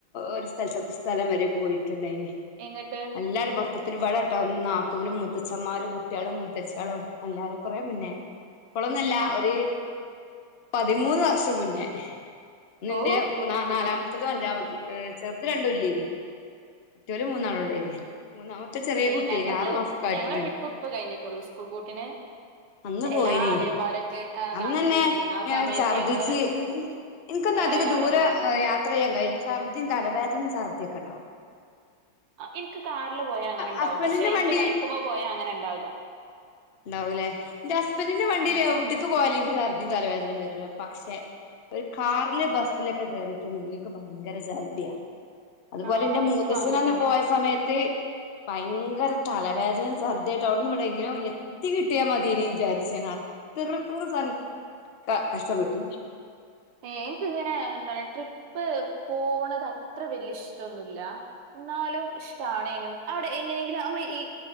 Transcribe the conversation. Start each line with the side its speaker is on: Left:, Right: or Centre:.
Left: ഒരു സ്ഥലത്ത് സ്ഥലം വരെ പോയി. ണ്ടായിന്
Right: എങ്ങട്ട്
Left: എല്ലാരും മൊത്ത ത്തത്തില് നാത്തൂനും മുത്തച്ഛമാരും കുട്ട്യാളും മൂത്തച്യാളും എല്ലാരും കുറെ മുന്നേ ഇപ്പോളൊന്നല്ല ഒരു പതിമൂന്ന് വർഷം മുന്നേ ന്ന്
Right: ഓ
Left: ന്റെ മൂന്നാ നാലാമത്തതും അഞ്ചാമത്തും. ഏ ചെറുത് രണ്ടും ഇല്ലേന് മറ്റോല് മൂന്നാളുണ്ടെയ്നി. മൂന്നാമത്തെ ചെറിയ
Right: ഈ
Left: കുട്ടിയെയ്നു
Right: ഞങ്ങൾത്
Left: ആറു മാസക്കെ ആയിട്ടൊള്ളേ
Right: ഞങ്ങളെ ട്രിപ്പ്
Left: നി.
Right: ഇപ്പ കഴിഞ്ഞിട്ടുള്ളൂ സ്കൂൾ പൂട്ടിന്
Left: അന്ന്
Right: എല്ലാ
Left: പോയിനി
Right: അളിയന്മാരൊക്കെ
Left: അന്നന്നെ
Right: നാട്ടിലുണ്ടേനി ആ
Left: ഞാൻ
Right: സമയത്ത്
Left: ഛർദിച്ച്.
Right: ഞങ്ങള്
Left: ൻക്കൊന്നും അധികം
Right: വയനാട്
Left: ദൂര
Right: പോയി
Left: യാത്ര ചെയ്യാൻ കഴിയില്ല ഛർദിയും തലവേദനയും ചർദിയൊക്കെ ണ്ടാവും.
Right: ആ ൻക്ക് കാറില് പോയാ അങ്ങനെ ണ്ടാവും
Left: ഹസ്ബൻഡിന്റെ
Right: പക്ഷെ ൻക്ക്
Left: വണ്ടി
Right: ബൈക്കുമ്മെ പോയാ അങ്ങനെ ണ്ടാവൂല.
Left: ഉണ്ടാവൂലേ ന്റെ ഹസ്ബൻഡറിന്റെ വണ്ടീല്
Right: ഉം
Left: എവിട്ക്ക് പോയാലും ൻക്ക് ശർദ്ദി തലവേനേം വരൂല്ല പക്ഷെ ഒരു കാറില് ബസ്സിലൊക്കെ കേറിട്ടുണ്ടെങ്കിൽ ൻക്ക് ഭയങ്കര ചർദിയാ അതുപോലെ
Right: ആഹ്
Left: ന്റെ മൂത്തച്ചനന്ന്
Right: ഇൻക്കും അങ്ങൻ തന്നെ
Left: പോയ സമയത്ത്. ഭയങ്കര തലവേദനയും ശർദായിട്ട് അവിടുന്ന് ഇവിടെ എങ്ങനെ ത്തി കിട്ടിയാൽ മതേനി വിചാരിച്ച് ഞാൻ അത്രക്കും സ ക കഷ്ടപ്പെട്.
Right: ഏ എനക്ക്ങ്ങനെ എന്താണ് ട്രിപ്പ് പോവണത് അത്ര വല്യ ഇഷ് ടൊന്നുല്ല. എന്നാലും ഇഷ്ടം ആണേനും. അവിടെ എങ്ങനെയെങ്കിലും അ ഈ